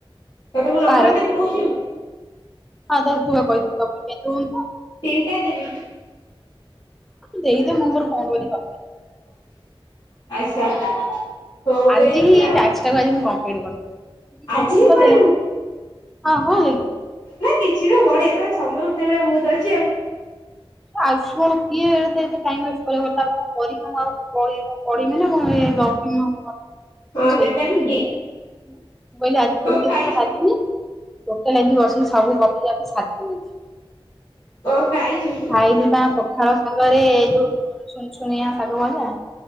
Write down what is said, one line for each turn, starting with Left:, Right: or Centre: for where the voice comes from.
Left: ତତେ ମୁଁ ନମ୍ବର୍
Centre: ଭାରତ
Left: ଦେବି କହୁଚୁ।
Centre: ହଁ ତ ତୁଆ କହିଥିଲୁବ କେ ହୁଅନ୍ତତା।
Left: ତିନ୍ଟା ଦେବି।
Centre: ଦେଇଦେ ମୁଁ ମୋର ଫୋନ୍ କରି କ
Left: <inaudible> ଆଚ୍ଛା। ହଉ
Centre: ଆଜି
Left: ଦେଇଦେବି
Centre: ହିଁ ଏ
Left: ଆଉ
Centre: ଟାକ୍ସଟା କୁ ଆଜି ମୁଁ କମପିଲିଟ କରିଦେବି।
Left: ଆଜି
Centre: କମପିଲିଟ୍
Left: ହିଁ
Centre: କରିଦେଲେ
Left: କରିବୁ
Centre: ହଁ କ ହେଲା କି।
Left: ନା କିଛି ନାହିଁ ବଢିଆ ତମ ସମୟ ସେଇ ଭଳିଆ ବୋହୁତ୍ ଅଛି ଆଉ।
Centre: ଆଛ୍ କଣ କିଏ ଏ ଟାଇମ୍ ୱେଷ୍ଟ୍ କରିବ କଣ କରିକି ମୁଁ ଆଉ ପଢିବି ନା ମୁଁ ଗପ୍ <inaudible>
Left: ହଁ
Centre: ସେଇଥିପାଇଁ
Left: ସେଟା ବି ଠିକ
Centre: କହିଲେ ଆଜି ଗୋଟିଏ
Left: କଣ ଖାଇଛୁ
Centre: ଦିନ ଲାଗିନି। ଟୋଟାଲ୍ ଆଜି ବସି ସବୁ ଗପି ଗପି ସାର୍ଦେବି।
Left: କ କାଇଚୁ।
Centre: ଖାଇଲି ପା ପଖାଳ ଶାଙ୍ଗରେ ଏଇ ଯୋଉ ସୁୁନ୍ ସୁନିଆ ଶାଗ ଭଜା।